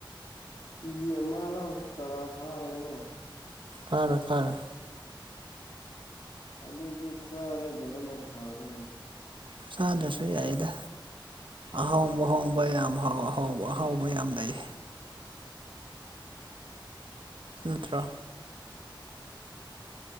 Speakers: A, on the left; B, on the right.
A: ꯀꯦꯖꯤ ꯑꯃ ꯂꯥꯎꯁꯨ ꯆꯥꯔꯥ ꯐꯥꯔꯣꯏꯅꯦ
B: ꯐꯥꯔꯦ ꯐꯥꯔꯦ
A: ꯑꯗꯨꯗꯤ ꯆꯥꯔꯣꯏꯗꯕꯅ ꯐꯔꯦꯅꯦ
B: ꯏꯁꯥꯗꯁꯨ ꯌꯥꯏꯗ ꯑꯍꯥꯎꯕ ꯑꯍꯣꯡꯕ ꯌꯥꯝ ꯍꯥꯎ ꯑꯍꯥꯎꯕ ꯑꯍꯥꯎꯕ ꯌꯥꯝ ꯂꯩ ꯅꯠꯇ꯭ꯔꯥ